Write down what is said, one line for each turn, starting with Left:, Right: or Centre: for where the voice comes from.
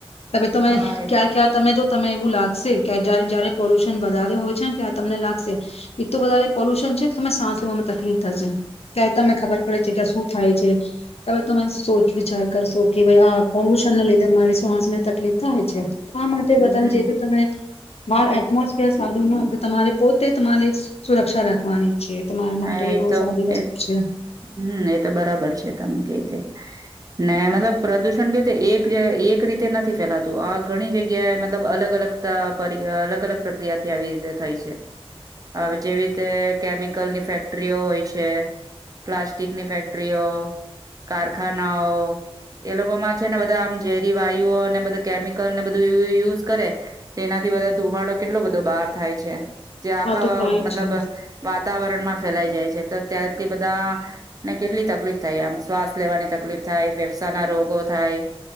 Left: તમે તમે
Right: હા એ
Left: ક્યારે ક્યાર તમે જો તમે એવું લાગે જયારે પોલ્યુશન વધારે હોય છે ને ત્યારે તમને લાગશે એું વધારે પોલ્યુશન છે તમે સાસ લેવામાં તકલીફ થશે ક તમને ખબર પડે છે કે શું થાય છે હવે તમે સોચ વિચાર કરશો કે ભાઈ આ પોલ્યુશન ના લીધે મારી શ્વાસમાં તકલીફ થાય તો આ માટે
Right: હમ
Left: બધાને જે <unintelligible> બાર એટમોસફિયર સારું ના હો તમારે પોતે તમારે સુરક્ષા રાખવાની છે તમારા
Right: હા
Left: માટે
Right: એ
Left: બહુ
Right: તો
Left: સારી વસ્તુ
Right: એ
Left: છે
Right: હમ એતો બરાબર છે તમે કેતે ને મતલબ પ્રદુષણ કેવી રીતે એક એક રીતે નથી ફેલાતું આ ઘણી જગ્યાએ મતલબ અલગ અલગ અલગ અલગ પ્રક્રિયાથી આવી રીતે થઈ છે હ જેવી રીતે કેમ કલની ફેક્ટરીઓ હોય છે પ્લાસ્ટિકની ફેક્ટરીઓ કારખાનાઓ એ લોકોમાં છે ને બધા આમ ઝેરી વાયુઓ અનેને બધ કેમિકલને બધું યુઝ કરે તેનાથી બધા ધુમાડો કેટલો બધો બહાર થાય છે જે આખા
Left: આ તો થાય
Right: મતલબ
Left: જ
Right: વાત
Left: છે
Right: વાતાવરણ માં ફેલાઈ જાય છે તારથી બધા ને કેટલી તક તકલીફ થાય આમ શ્વાસ લેવાની તકલીફ થાય ફેફસા ના રોગો થાય